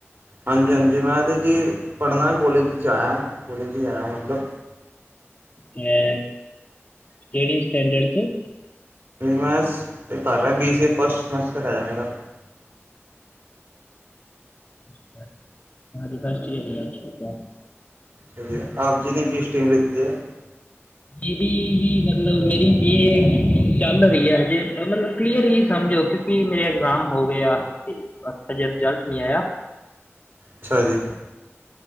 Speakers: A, on the right; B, on the left.
A: ਹਾਂਜੀ ਹਾਂਜੀ ਮੈਂ ਤਾਂ ਜੀ ਪੜ੍ਹਨਾ ਕੋਲੇਜ 'ਚ ਆਇਆ ਕੋਲੇਜ 'ਚ ਆਇਆ ਮਤਲਬ
B: ਤੇ ਕਿਹੜੀ ਸਟੈਂਡਡ ਚੋ
A: ਮੈਂ ਤਾਰਾ B C A first semester ਹੈਗਾ ਮੇਰਾ।
B: ਅੱਛਾ, ਹਾਂਜੀ ਫਸਟ ਯੀਅਰ ਹੈ ਹਜੇ।
A: ਚੋਲੋ, ਆਪ ਜੀ ਨੇ ਕੀ ਸਟੀਮ ਲੀਤੀ ਹੈ।
B: ਜੇਹਦੀ ਵੀ ਮਤਲਬ ਮੇਰੀ ਬੀ, ਏ। ਚੱਲ ਰਹੀ ਹੈ। ਹਜੇ ਮਤਲਬ ਕਲੀਅਰ ਹੀ ਸਮਝੋ ਕਿਉਂਕਿ ਮੇਰੇ ਇਗਜ਼ਾਮ ਹੋ ਗਏ ਆ ਤੇ ਬਸ ਅਜੇ ਰਿਜਲਟ ਨਹੀਂ ਆਇਆ।
A: ਅੱਛਾ ਜੀ।